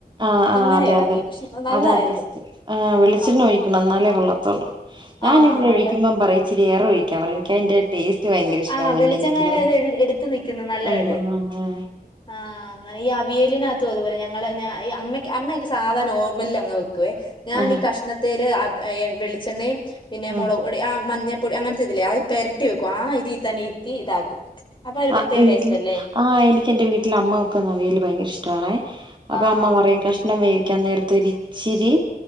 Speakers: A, on the right; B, on the left.
A: ആ ആ
B: അങ്ങനെ
A: അതെ
B: ഇളക്കി
A: അതെ
B: പക്ഷെ നല്ലതായിരുന്നു
A: അതാ ട്വിസ്റ്റ് ആ വെളിച്ചെണ്ണ
B: ആഹ്
A: ഒഴിക്കണം എന്നാലേ കൊള്ളത്തുള്ളൂ ഞാൻ
B: ആഹ്
A: ഇവിടെ
B: നല്ല
A: ഒഴിക്കുമ്പം പറയും ഇച്ചിരി ഏറെ ഒഴിക്കാൻ പറയും ഇൻക്ക തിന്റെടേസ്റ്റ് ഭയങ്കര ഇഷ്ടമാ
B: ആഹ്
A: മുന്നേ
B: വെളിച്ചെണ്ണയുടെ
A: നിക്കുന്നു
B: ഇത് എടുത്ത് നിൽക്കുന്ന നല്ലതല്ലേ
A: ആ ആ
B: ആഹ് അങ്ങനെ ഈ അവിയേലിനകത്തും അതുപോല ഞങ്ങൾ ഞ അമ്മ അമ്മയക്കെ സാധ നോർമല അങ്ങ് വെക്കുവെ ഞാൻ
A: ആഹ്
B: ഈ കഷ്ണതേല് വെളിച്ചെണ്ണയും പിന്നെ
A: ആഹ്
B: മുളക് പൊടി ആ മഞ്ഞ പൊടി അങ്ങനത്തെ ഇല്ലേ അത് പെരട്ടി വെകും ആ ഇതി തന്നെ <unintelligible> ഇതാക്കും അപ്പൊ ഒരു
A: ആ
B: പ്രത്യേക
A: വീട്ടില്
B: ടേസ്റ്റ് അല്ലേ
A: ആ എനിക്ക് എന്റെ വീട്ട അമ്മ വെക്കുന്ന അവിയൽ ഭയങ്കര ഇഷ്ടണേ അപ്പൊ
B: ആഹ്
A: അമ്മ പറയും കഷണം വേ വേവിക്കാൻ നേരത്തെ ഇച്ചിരി